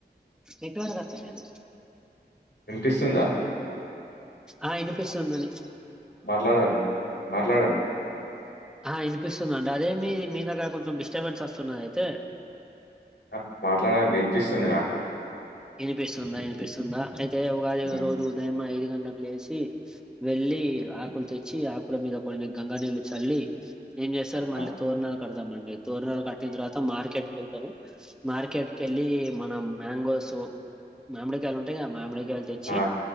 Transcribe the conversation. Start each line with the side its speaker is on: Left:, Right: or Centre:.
Centre: ఎటుంట కతలేదు
Left: వినిపిస్తుందా
Centre: ఆ వినిపిస్తుందని
Left: మాట్లాడడి మాట్లాడడి
Centre: ఆ ఇనిపిస్తుందిండి అదే మీ మీ దగ్గర కొంచెం డిస్టర్బెన్స్ వస్తున్నది అయితే
Left: ఆ మాట్లాడాలడి వినిపిస్తుంది నాకు
Centre: వినిపిస్తుందా వినిపిస్తుందా అయితే ఉగాది
Left: ఉమ్,
Centre: రోజు ఉదయం ఐదు గంట లేసి వెళ్ళి ఆకులు తెచ్చి ఆకుల మీద కొన్ని గంగా నీళ్ళు చల్లి ఏం చేస్తారు
Left: ఆ
Centre: మళ్ళీ తోరనాలు కడదామండి తోరనాాలు కట్టిన తర్వాత మార్కెట్ కి వెళ్తాను మార్కెట్ క వెళ్ళి మనం మాంగోస్ మామిడికాయలు ఉంటాయి క మామిడికాయ తెచ్చి
Left: ఆ